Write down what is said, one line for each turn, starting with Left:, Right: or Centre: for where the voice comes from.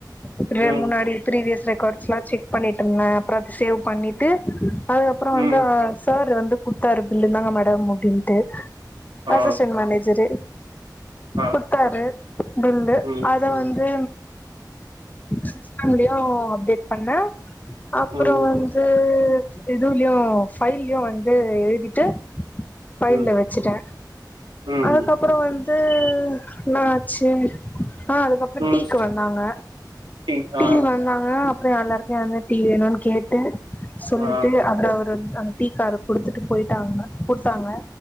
Left: அப்டியே
Right: ம்
Left: முன்னாடி பீரிவியஸ் ரெக்கார்ட் ஸ்லாம் செக் பண்ணிட்டு இருந்தே அப்பறம் அத சேவ் பண்ணிட்டு அதுக்கப்பற வந்து
Right: ம்
Left: சார் வந்து குடுத்தாரு பில்லு இருந்தாங்க மேட த்த முடி ட்டு
Right: ஆ
Left: அசிஸ்டன்ட் மேனேஜரு
Right: ஆ
Left: குடுத்தாரு பில்லு
Right: ம்
Left: அது வந்து சிஸ்டங்களையு அப்டேட் பண்ண அப்பறம்
Right: ம்
Left: வந்து எதுலயு ஃபைலயும் வந்து எழுதிட்டு ஃபைல்ல
Right: ம்
Left: வச்சுட்டே
Right: ம்
Left: அதுக்கப்பறம் வந்து என்ன ஆச்சு ஆஹ் அதுக்கப்பறம்
Right: ம்
Left: டீக்கு வந்தாங்க
Right: ம்
Left: டீ
Right: ஆ
Left: வந்தாங்க அப்பறம் எல்லாருக்குமே வந்து டீ வேணும்னு கேட்டு சொல்லிட்டு
Right: ஆ
Left: அந்த ஒரு அந்த டீக்காரு குடுத்துட்டு போயிட்டாங்க குடுத்தாங்க